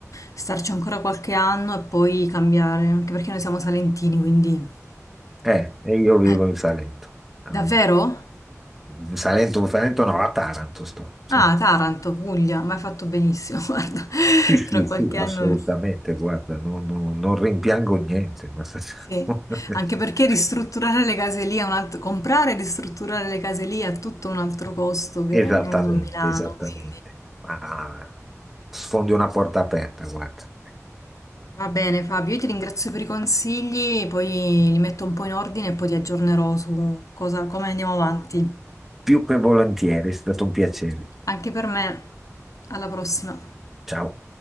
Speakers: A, on the left (about 75°); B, in the centre.
A: starci ancora qualche anno e poi cambiare, anche perché noi siamo salentini, quindi...
B: eh, e io vivo
A: Eh,
B: in Salento.
A: davvero?
B: Mm, In Salento, in Salento no, a Taranto sto. Sì,
A: Ah, Taranto, Puglia, ma hai fatto benissimo, <laughs> guarda,
B: sì, sì,
A: tra qualche
B: sì, assolutamente,
A: anno...
B: guarda, non, non- non rimpiango niente. ma- se-
A: Sì,
B: <laughs>
A: anche perché ristrutturare le case lì è un altro, comprare e ristrutturare le case lì è tutto un altro costo che
B: Esattamente,
A: non a Milano,
B: esattamente.
A: quindi
B: Ah, sfondi una porta aperta, guarda.
A: va bene Fabio, io ti ringrazio per i consigli, poi li metto un po' in ordine e poi ti aggiornerò su cosa, come andiamo avanti.
B: più che volentieri, è stato un piacere.
A: Anche per me, alla prossima.
B: Ciao.